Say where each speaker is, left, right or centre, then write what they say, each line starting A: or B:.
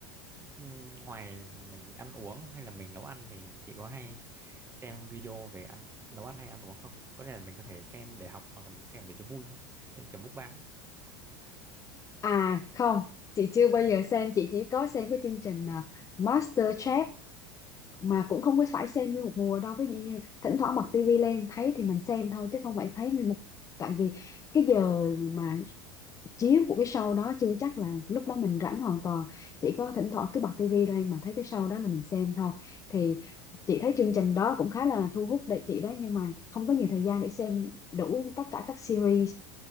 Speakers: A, on the right (about 20°); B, on the left (about 30°).
A: Chứ ngoài mình ăn uống hay là mình nấu ăn thì chị có hay xem video về ăn nấu ăn hay ăn uống không có thể là mình có thể xem để học hoặc là mình xem để cho vui thôi xem kiểu mukbang ấy.
B: à không chị chưa bao giờ xem chị chỉ có xem cái chương trình à, MasterChef mà cũng không có phải xem nguyên một mùa đâu ví dụ như thỉnh thoảng bật tivi lên thấy thì mình xem thôi chứ không phải thấy nguyên một tại vì cái giờ mà chiếu của cái show đó chưa chắc là lúc đó mình rảnh hoàn toàn chỉ có thỉnh thoảng cứ bật tivi lên mà thấy cái show đó là mình xem thôi thì chị thấy chương trình đó cũng khá là thu hút để chị đấy nhưng mà không có nhiều thời gian để xem đủ tất cả các series